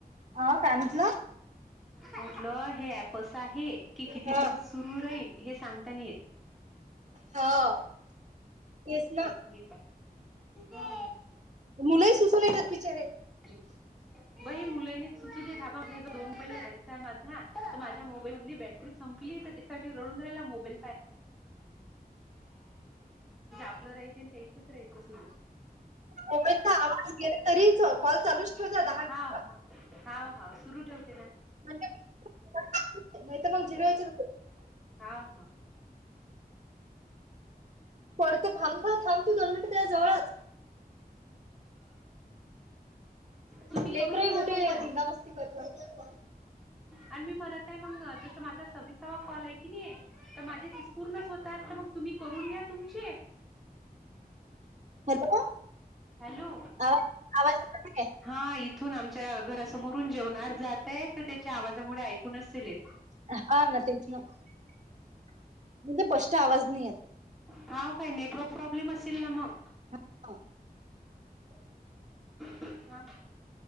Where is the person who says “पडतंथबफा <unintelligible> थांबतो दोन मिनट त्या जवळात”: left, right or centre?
Right